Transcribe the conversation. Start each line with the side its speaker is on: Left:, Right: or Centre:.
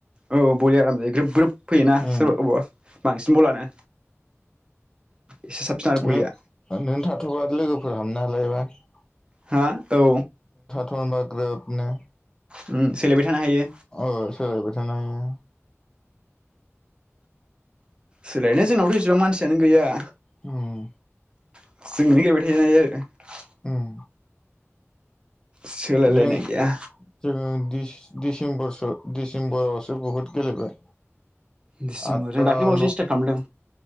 Right: औ बलिया आराम जायो ग्रोब ग्रोब फैयोना
Left: उम
Right: सोरबा बबावा बांसिन बलानो। एसे साबसिन आरो बलिया
Left: ओमफाय नों थाथ'बा लोगोफोर हाबनो हागोन हालायबाय
Right: हा औ।
Left: होनबा ग्रोब नो
Right: उम सोलायबाय थानो हायो
Left: अ सोलायबाय थानो हायो।
Right: सोलायनाया जोंनावथ' इसेबां मानसियानो गैया।
Left: उम।
Right: <unintelligible>
Left: उम।
Right: सोलायलायनाय
Left: जों
Right: गैया।
Left: जोङो दिसेम्बरसो डिसेम्बरावसो बुहुद गेलेबाय।
Right: दिसेम्बर
Left: आदथा
Right: जों दाख्लैबावसो
Left: न
Right: स्टार्ट खालामदों